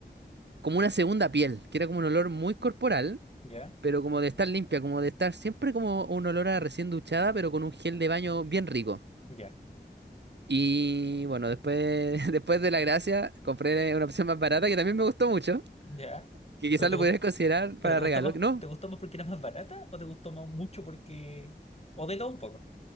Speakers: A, on the right (about 80°); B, on the left (about 35°).
A: como una segunda piel, que era como un olor muy corporal,
B: Ya,
A: pero como de estar limpia, como de estar siempre como un olor a recién duchada, pero con un gel de baño bien rico.
B: ya,
A: Y bueno, después, <laughs> después de la gracia, compré una opción más barata que también me gustó mucho,
B: ya.
A: que quizás
B: Pero te
A: lo
B: gustó,
A: pudieras considerar para
B: pero te
A: regalo.
B: gustó más,
A: No,
B: te gustó más porque era más barata, o te gustó más mucho porque, o de todo un poco,